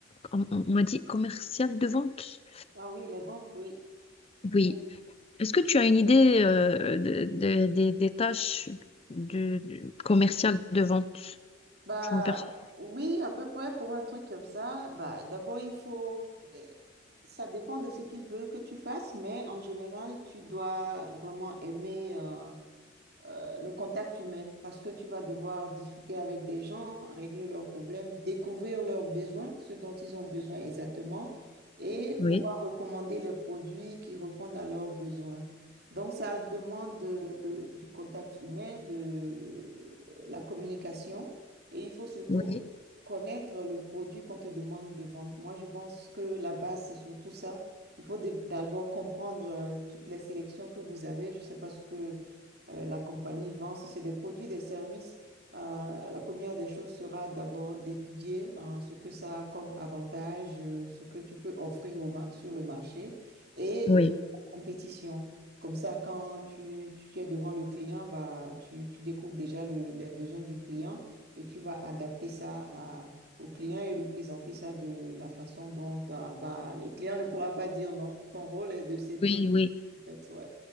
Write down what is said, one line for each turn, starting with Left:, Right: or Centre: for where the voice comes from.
Left: on on m'a dit commercial de vente.
Right: Ah oui, les ventes, oui. Mhm.
Left: Oui, Est-ce que tu as une idée euh, de- de- des des tâches du, du commercial de vente?
Right: Bah
Left: Je m'en perçois.
Right: oui, à peu près pour un truc comme ça. Bah d'abord il faut, euh, ça dépend de ce qu'ils veulent que tu fasses, mais en général tu dois vraiment aimer. euh, euh, le contact humain parce que tu vas devoir discuter avec des gens, régler leurs problèmes, découvrir leurs besoins, ce dont ils ont besoin exactement, et
Left: Oui,
Right: pouvoir recommander les produits qui répondent à leurs besoins. Donc, ça demande de- du contact humain, de la communication, et il faut surtout
Left: oui,
Right: connaître le produit qu'on te demande de vendre. Moi, je pense que la base, c'est surtout ça. Il faut d- d'abord comprendre euh, toutes les sélections que vous avez. Je ne sais pas ce que euh, la compagnie vend, si c'est des produits, des services, euh, la première des choses sera d'abord d'étudier hein, ce que ça a comme avantage, euh, ce que tu peux offrir au ma- sur le marché et
Left: oui,
Right: aussi la compétition. Comme ça, quand tu, tu es devant le client, bah, tu, tu découvres déjà le- les besoins du client et tu vas adapter ça à- au client et lui présenter ça de la façon dont ah, bah, le client ne pourra pas dire non. Ton rôle est de séduire,
Left: oui, oui.
Right: en fait. Ouais.